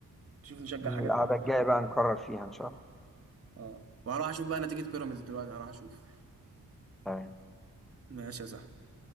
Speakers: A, on the right; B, in the centre.
A: نشوف نشجع
B: من
A: حاجة
B: القعدة
A: تانية.
B: الجاية بقى نكرر فيها ان شاء الله
A: اه وهروح اشوف بقى نتيجة بيراميدز دلوقتي هروح اشوف
B: تمام
A: ماشي يا صاحبي